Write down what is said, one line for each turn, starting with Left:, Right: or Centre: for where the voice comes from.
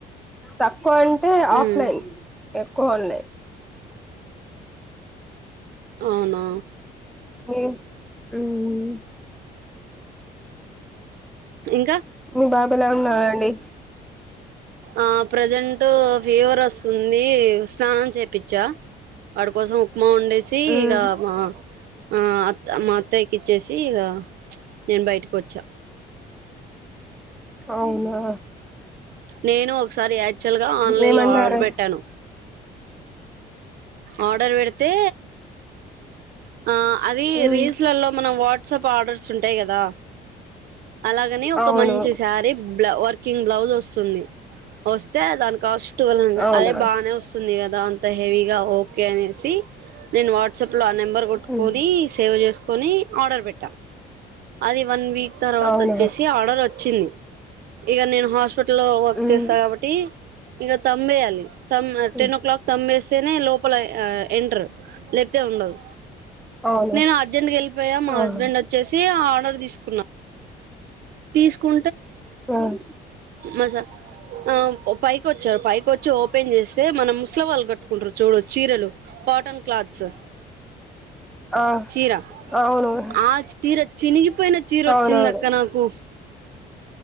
Centre: తక్కువ అంటే
Right: ఉమ్
Centre: ఆఫ్లైన్ ఎక్కువవున్నాయి.
Right: అవునా
Centre: ఏం ఉ ఉ
Right: ఇంకా
Centre: మీ బాబు ఎలా ఉన్నాడండి.
Right: ఆ ప్రజెంట్ ఫీవర్ వస్తుంది, స్నానం చేపిచ్చా వాడి కోసం ఉప్మా వండేసి
Centre: ఉమ్
Right: ఇక మా ఆ మా అత్తయ్యకి ఇచ్చేసి ఇ నేను బయటకి వచ్చా
Centre: అవునా
Right: నేను ఒకసారి యాక్చువల్ గా ఆన్లైన్
Centre: ఏమంటరు
Right: లో ఆర్డర్ పెట్టాను ఆర్డర్ వెడితే ఆ అది
Centre: ఉమ్
Right: రీల్స్ ల్లో మనం వాట్సాప్ ఆర్డర్స్ ఉంటాయి. కదా అలాగనే ఒక
Centre: అవును
Right: మంచి సారీ బ్ వర్కింగ్ బ్లౌజ్ వస్తుంది. వస్తే దాని కాస్ట్ టువెల్ హండ్రెడ్
Centre: అవునా
Right: అదే బాగానే వస్తుంది కదా అంత హెవీగా ఒకే అనేసి నేను వాట్ వాట్సాప్ లో ఆ నెంబర్ కొట్టుకొని
Centre: ఉమ్
Right: సేవ్ చేసుకొని ఆర్డర్ పెట్టా అది వన్ వీక్ తర్వాత
Centre: అవునా
Right: వచ్చేసి ఆర్డర్ వచ్చింది. ఇగ నేను హాస్పిటల్ లో వర్క్
Centre: ఉమ్
Right: చేస్తా కాబట్టి ఇగ తంబు వేయాలి, తమ్ టెన్
Centre: ఉమ్
Right: ఓ క్లాక్ తాంబేస్తేనే లోపల ఎంటర్ లేకతే ఉండదు
Centre: అవునా
Right: నేను అర్జెంట్గా వెళ్ళిపోయా మా
Centre: అవును
Right: హస్బెండ్ వచ్చేసి ఆర్డర్ తీసుకున్నా, తీసుకో
Centre: రాన్
Right: మజా ఆ పైకి వచ్చాం పైకి వచ్చి ఓపెన్ చేస్తే మనం ముసలి వాళ్ళు కట్టుకుంటారు చూడు చీరలు కాటన్ క్లాత్స్
Centre: ఆ
Right: చీరా
Centre: అవును
Right: ఆ చీరా చినిగిపోయిన చీర
Centre: అవునవును
Right: వచ్చింది అక్క నాకు